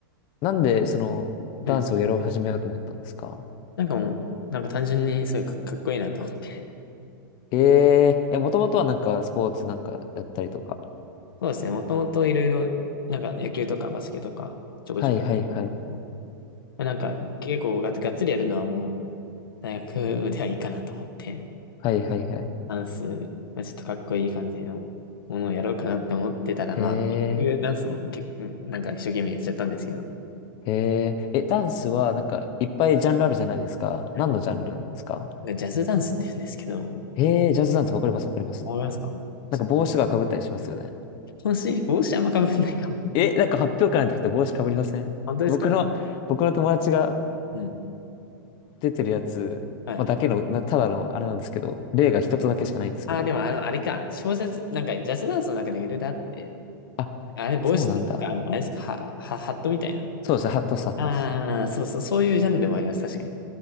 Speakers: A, on the left; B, on the left.
A: なんでその、ダンスをやろう始めようと思ったんですか
B: うんなんかもう、なんか単純にすごいか、かっこいいなと思って。<laughs>
A: えええ、もともとはなんかスポーツなんかやったりとか。
B: そうですね。もともといろいろ、なんか野球とかバスケとか、ちょこちょこ。
A: はいはいはい。
B: まあなんか結構が、がっつりやるのはもう、大学ではいいかなと思って、
A: はいはいはい。
B: ダンス、まあ、ちょっとかっこいい感じのものをやろうかなって思ってたら、
A: へえ、
B: まあ、結局ダンスも結構、なんか一生懸命やっちゃったんですけど。
A: へえ。え、ダンスはなんかいっぱいジャンルあるじゃないですか。
B: はい。
A: 何のジャンルなんですか
B: なんかジャズダンスって言うんですけど、
A: へえ、ジャズダンスわかりますわかります。
B: わかりますかちょっと、
A: なんか帽子がかぶったりしますよね。
B: 帽子、帽子あんま被んないかも。
A: え、
B: <laughs>
A: なんか発表会の時と帽子かぶりません僕の、
B: 本当ですか
A: 僕の友達が
B: うん。
A: 出てるやつ、
B: はい
A: まあ、だけの、なただのあれなんですけど、例が一つだけしかないんですけど。
B: ああ、でもあの、あれか、小説、なんかジャズダンスの中でいろいろあって、
A: あ、
B: あれ、帽子っていうか、
A: そうなんだ。
B: あの、あれですか、は、は、ハットみたいな。
A: そうですね、ハットスハットス。
B: ああ、そうそう、そういうジャンルもあります、確かに。